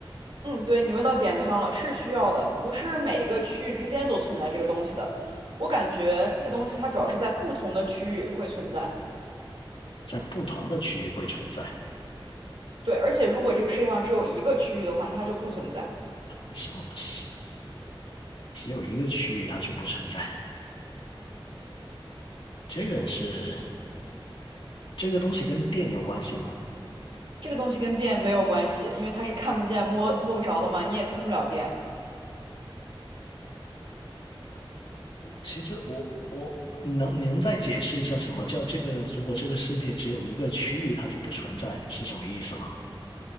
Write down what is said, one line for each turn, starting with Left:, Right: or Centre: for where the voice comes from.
Right: 嗯，对，你问到点子上了，是需要的，不是每一个区域之间都存在这个东西的。我感觉这个东西它主要是在不同的区域会存在。
Left: 在不同的区域会存在，
Right: 对，而且如果这个世界上只有一个区域的话，那它就不存在。
Left: 什么是只有一个区域它就不存在？这个是这个东西跟电有关系吗？
Right: 这个东西跟电没有关系，因为它是看不见、摸摸不着的嘛，你也通不了电。
Left: 其实我我能能再解释一下什么叫这个？如果这个世界只有一个区域，它就不存在，是什么意思吗？